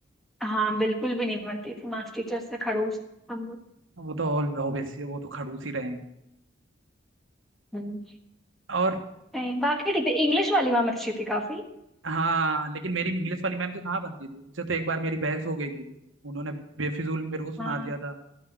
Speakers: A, in the centre; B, on the right.
A: हाँ बिल्कुल भी नहीं बनती थी मास्टर टीचर से खड़ूस हम
B: वो तो ऑल ऑब्वियसली वो तो खड़ूस ही रहे हैं
A: हम्म।
B: और
A: नहीं, बाकी ठीक है इंग्लिश वाली मैम अच्छी थी काफी
B: हाँ लेकिन मेरी इंग्लिश वाली मैम से कहाँ बनती थी उनसे तो एक बार मेरी बहस हो गई थी उन्होंने बेफिजूल मेरे को सुना
A: हाँ
B: दिया था